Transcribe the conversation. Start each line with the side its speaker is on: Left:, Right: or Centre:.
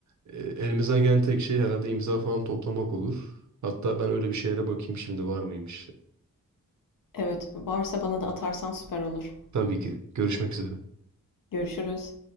Right: e, elimizden gelen tek şey herhalde imza falan toplamak olur. Hatta ben öyle bir şeylere bakayım şimdi var mıymış.
Left: Evet, varsa bana da atarsan süper olur.
Right: Tabii ki. Görüşmek üzere.
Left: Görüşürüz.